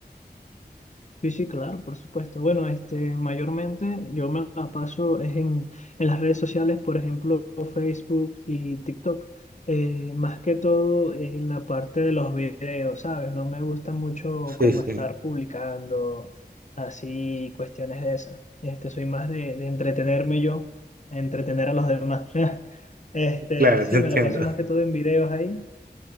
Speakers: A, on the left; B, on the right.
A: Sí, sí, claro, por supuesto. Bueno, este, mayormente yo me la paso es en, en las redes sociales, por ejemplo, Facebook y TikTok. Eh, más que todo en la parte de los videos, ¿sabes? No me gusta mucho
B: Sí,
A: como
B: sí,
A: estar publicando así cuestiones de esas. Este, soy más de, de entretenerme yo, entretener a los demás. <laughs> Este,
B: claro,
A: sí,
B: te entiendo,
A: me la paso más que todo en videos ahí.